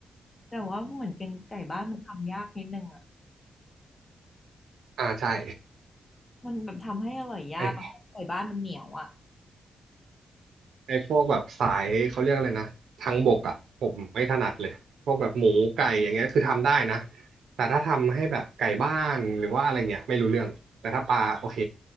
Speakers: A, on the left; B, on the right.
A: แต่ว่าเหมือนแกงไก่บ้านมันทำยากนิดนึงอะ
B: อ่าใช่
A: มันแบบทำให้อร่อยยากอะไก่บ้านมันเหนียวอ่ะ
B: ไอไอพวกแบบสายเขาเรียกอะไรนะทางบกอะผมไม่ถนัดเลย พวกแบบหมูไก่อย่างเงี้ยคือทำได้นะแต่ถ้าทำให้แบบไก่บ้านหรือว่าอะไรเงี้ยไม่รู้เรื่องแต่ถ้าปลาโอเค